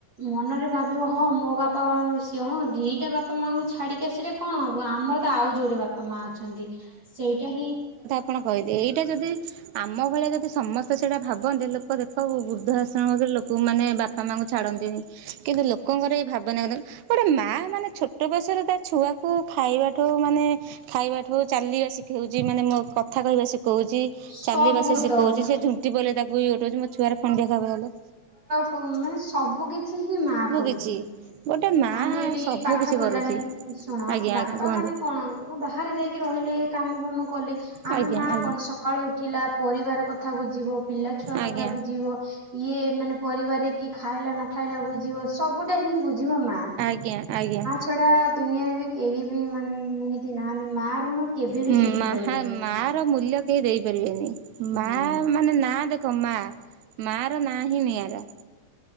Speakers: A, on the right (about 40°); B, on the right (about 80°).
A: ମନରେ ଭାବିବ ହଁ ମୋ ବାପା ମା ବି ସିଏ, ହଁ ଦିଟା ବାପା ମାଙ୍କୁ ଛାଡିକି ଆସିଲେ କଣ ହବ ଆମର ତ ଆଉ ଯୋଡ଼େ ବାପା ମା ଅଛନ୍ତି ସେଇଟା ହିଁ
B: କଣ କହିଲେ ଏଇଟା ଯଦି ଆମ ଭଳିଆ ଯଦି ସମସ୍ତେ ସେଇଟା ଭାବନ୍ତେ, ଲୋକ ଦେଖ ବୃଦ୍ଧ ଆଶ୍ରମ ବି ଲୋକ ଙ୍କୁ ମାନେ ବାପା ମାଆଙ୍କୁ ଛାଡ଼ନ୍ତେନି କିନ୍ତୁ ଲୋକଙ୍କର ଏଇ ଭାବନାରେ ଗୋଟେ ମା ମାନେ ଛୋଟ ବୟସରେ ତା ଛୁଆକୁ ଖାଇବାଠୁ ମାନେ ଖାଇବା ଠ କୁ ଚାଲିବା ଶିଖଉଛି ମାନେ ମୁଁ କଥା କହିବା ଶିଖଉଛି।
A: ସବୁ
B: ଚାଲିବା ସେ ସିଖଉଛି
A: ତ ମାନେ
B: ସେ ଝୁଣ୍ଟି ପଇଲେ ତାକୁ ଇଏ ଉଠଉଛି ମୋ ଛୁଆର ଖଣ୍ଡିଆ ଖାବରା ହେଲେ।
A: ଉଁ ମାନେ ସବୁ କିଛି ହିଁ ମା କରୁଛି।
B: କିଛି ଗୋଟେ ମା
A: ଆମେ ଏଇଠି
B: ସବୁ
A: ପାଠ
B: କିଛି
A: ପଢ଼ିଲାଣି
B: କରୁଛି
A: ଶୁଣ
B: ଆଜ୍ଞା
A: ବାପା
B: ଆଜ୍ଞା କୁହନ୍ତୁ
A: ମାନେ କଣ ବାହାରେ ଯାଇକି ରହିଲେ, କାମ ଫାମ କଲେ ଆମେ
B: ଆଜ୍ଞା
A: ମା
B: ଆଜ୍ଞା
A: କଣ ସ କାଳୁ ଉଠିଲା ପରିବାର କଥା ବୁଝିବ ପିଲା ଛୁଆ
B: ଆଜ୍ଞା
A: କଥା ବୁଝିବ। ଇଏ ମାନେ ପରିବାରରେ କିଏ ଖାଇଲା ନ ଖାଇଲା ବୁଝିବ ସବୁଟା ହିଁ ବୁଝିବ ମା।
B: ଆଜ୍ଞା ଆଜ୍ଞା।
A: ଛଡ଼ା ଦୁନିଆରେ ବି କେହି ବି ମାନେ ଏମିତି ନାହାନ୍ତି ମା ଋଣ କେବେ ବି
B: ହୁଁ
A: ସୁଝି
B: ମାହା
A: ପାରିବାନି
B: ମା
A: ଆମେ।
B: ର ମୂଲ୍ୟ କେହି ଦେଇପାରିବେନି, ମା
A: ହୁଁ।
B: ମାନେ ନାଁ ଦେଖ ମା ମାର ନାଁ ହିଁ ନିଆରା।